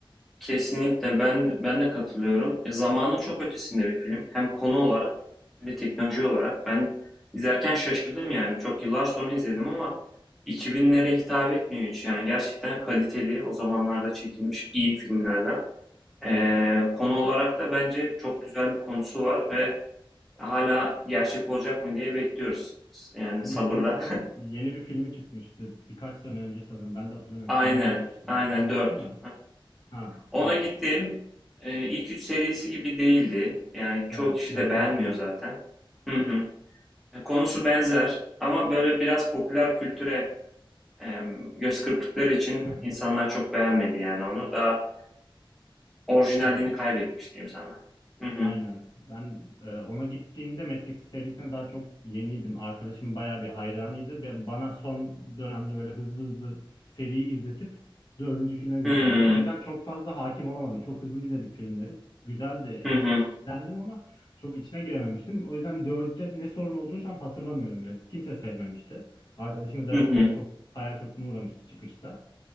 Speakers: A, in the centre; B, on the left (about 55°).
A: Kesinlikle ben ben de katılıyorum. E, zamanın çok ötesinde bir film. Hem konu olarak hem de teknoloji olarak. Ben izlerken şaşırdım yani. Çok yıllar sonra izledim ama 2000'lere hitap etmiyor hiç. Yani gerçekten kaliteli, o zamanlarda çekilmiş iyi filmlerden. Ee,
B: Hı hı.
A: konu olarak da bence çok güzel bir konusu var ve hala gerçek olacak mı diye bekliyoruz. Yani
B: Matrix'in
A: sabırla.
B: yeni bir filmi çıkmıştı. Birkaç sene önce sanırım. Ben de
A: <laughs>
B: hatırlamıyorum.
A: Aynen,
B: Sinemaya gitmiştim.
A: aynen
B: Ona gittin
A: 4.
B: mi? Ha,
A: Ona
B: evet.
A: gittiğim e, ilk 3 serisi gibi değildi. Yani çoğu
B: Evet,
A: kişi
B: biraz
A: de beğenmiyor
B: farklıydı.
A: zaten. Hı hı. Konusu benzer ama böyle biraz popüler kültüre e, göz kırptıkları için
B: <laughs>
A: insanlar çok beğenmedi yani onu. Daha orijinalliğini
B: Aynen.
A: kaybetmiş diyeyim sana. Hı hı.
B: Aynen. Ben e, ona gittiğimde Matrix serisine daha çok yeniydim. Arkadaşım bayağı bir hayranıydı. Ben, bana son dönemde böyle hızlı hızlı seriyi izletip dördüncü filme götürmüştü.
A: Hı hı.
B: O yüzden çok fazla hakim olamadım. Çok hızlı izledik filmleri. Güzeldi,
A: Hı hı.
B: e- eğlendim ama çok içine girememiştim. O yüzden dörtte ne sorun olduğunu şu an hatırlamıyorum bile. Kimse sevmemişti. Arkadaşım özellikle
A: Hı hı.
B: çok hayal kırıklığına uğramıştı çıkışta.